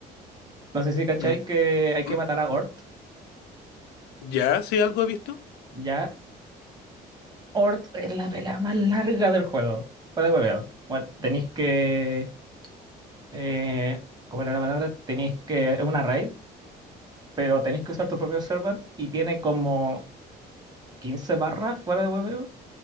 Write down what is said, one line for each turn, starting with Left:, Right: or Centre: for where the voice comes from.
Right: No sé si cachai
Left: Mm.
Right: que hay que
Left: mm.
Right: matar a Ort.
Left: ¿Ya? ¿Sí algo he visto?
Right: Ya, Ort es la pelea más larga del juego. Para de hueveo. Bueno, tenéis que... Eh, ¿cómo era la palabra? Tenéis que... Es una raid, pero tenéis que usar tu propio servant y tiene como... 15 barras fuera de hueveo